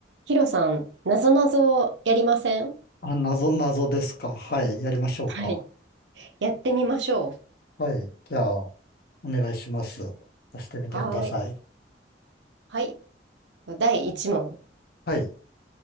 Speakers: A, on the right; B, on the left.
A: ヒロさん、なぞなぞやりません
B: あ、謎謎ですか。はい。やりましょうか。
A: はい。やってみましょ
B: はい。じゃあ、お願いします。出してみてください。
A: う。はーい。はい。第1問。
B: はい。